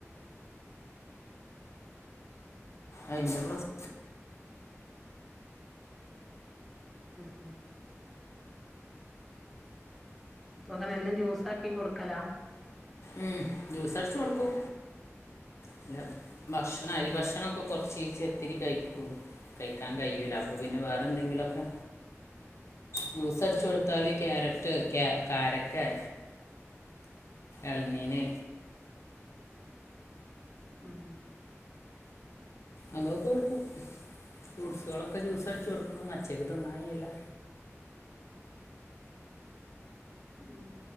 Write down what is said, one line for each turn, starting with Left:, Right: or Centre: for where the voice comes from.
Left: അയിന്റെ പ്രസ്
Centre: ഉം ഉം പ്പോക്കന എല്ലാം ജ്യൂസ് ആക്കി കൊടുക്കലാ
Left: ഉം ജ്യൂസ് അടച്ച് കൊടുക്കും. പിന്ന ഭക്ഷണം അരി
Centre: ഉം
Left: ഭക്ഷണംമൊക്കെ കുറച്ച് ചത്തിരി കയ്ക്കും കഴിക്കാൻ കയൂല അപ്പൊ പിന്നെ വേറെ എന്തെങ്കിലുംക്കെ ജ്യൂസ്ടിച്ച് കൊടുത്താല് ക്യാരറ്റ് ക്യാ കാരക്കേ എൾനീന്
Centre: ഉം
Left: അങ്ങൊ കൊടുക്കും ഫ്രൂട്ട്സുകളൊക്കെ ജ്യൂസ് അടിച്ച് കൊടുക്കണം അച്ചയ്ക്ക് തിന്നായ്യുല
Centre: ഉം